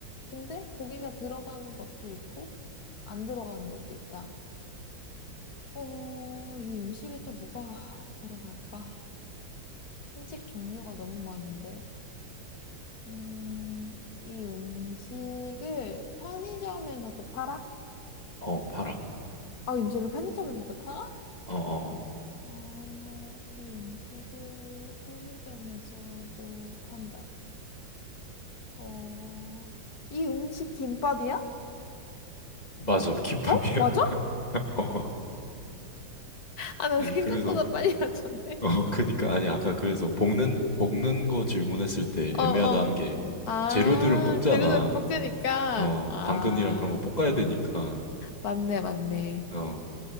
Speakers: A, on the left (about 55°); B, on the left (about 20°).
A: 근데 고기가 들어가는 것도 있고 안 들어가는 것도 있다. 어, 이 음식에 또 뭐가 들어갈까? 한식 종류가 너무 많은데. 음, 이 음식을 편의점에서도 팔아?
B: 어, 팔아.
A: 아, 이 음식을 편의점에서도 팔아?
B: 어, 어, 어.
A: 어, 이 음식을 편의점에서도 판다. 어, 이 음식 김밥이야?
B: 맞아. 김밥이야.
A: 어? 맞아?
B: <laughs> 어,
A: 아, 나
B: 아니,
A: 생각보다
B: 그래서,
A: 빨리 맞췄네.
B: 어, 그니까, 아니, 아까 그래서 볶는, 볶는 거 질문했을 때
A: 어,
B: 애매하다는
A: 어.
B: 게
A: 아,
B: 재료들은 볶잖아.
A: 재료대로 볶으니까
B: 어,
A: 아,
B: 당근이랑 그런 거 볶아야 되니까.
A: 맞네, 맞네.
B: 어,